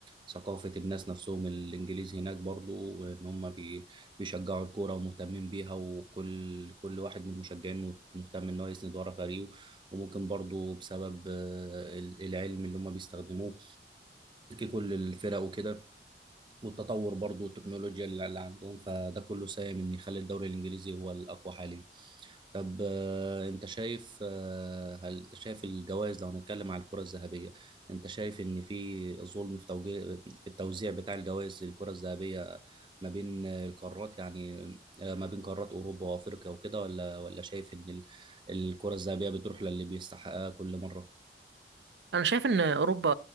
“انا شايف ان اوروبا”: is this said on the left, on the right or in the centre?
Right